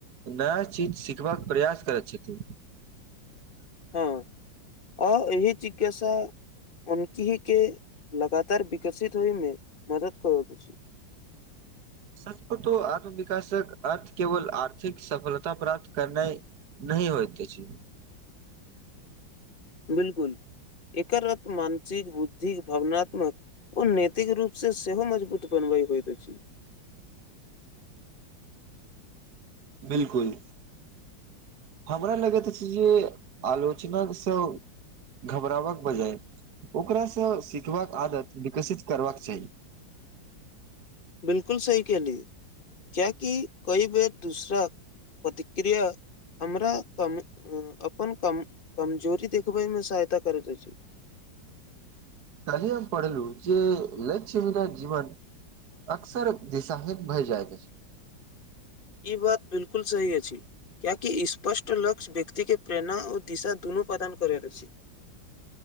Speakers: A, on the right (about 55°); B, on the left (about 30°).
A: नया चीज सिखबाक प्रयास करैत छथि
B: हँ आ एहि चिकि यासा उनकी ही के लगातार विकसित होय में मदद करत अछि
A: <inaudible> सचपो तो आत्मविकासक अर्थ केवल आर्थिक सफलता प्राप्त करना नय नय होयत अछी
B: बिलकुल एकर रथ मानसिक बुद्धिक भवनात्मक ओ नैतिक रूप से सेहो मजबूत बन भ होइत छी
A: <inaudible> बिलकुल हमरा लगैत अछि जे आलोचन सँ घबराबक बजाय ओकरा सँ सिखबाक आदत विकसित करबाक चाही
B: बिलकुल सही कहली क्य क कई बेर दूसरा प्रतिक्रिया हमरा त अपन कम कमजोरी देखबयमे सहायता करैत अछि
A: कालही हम पढ़ेलू जे लक्ष्य मेरा जीवन अकसर दिशाहित भय जाइत अछि
B: ई बात बिल्कुल सही अछि कियाकि स्पष्ट लक्ष्य व्यक्ति के प्रेरणा आ दिशा दुनू प्रदान करैत अछि